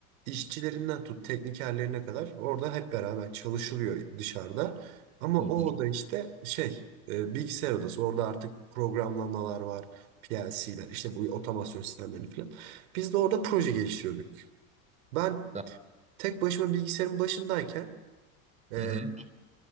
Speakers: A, on the right (about 75°); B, on the right (about 15°).
A: işçilerinden tut teknikerlerine kadar orada hep beraber çalışılıyor dışarıda. Ama
B: Hı
A: o
B: hı.
A: oda işte şey e, bilgisayar odası. Orada artık programlamalar var. PLC'ler işte bu otomasyon sistemleri falan. Biz de orada proje geliştiriyorduk. Ben
B: Tamam.
A: tek başıma bilgisayarın başındayken ee,
B: Hı hı.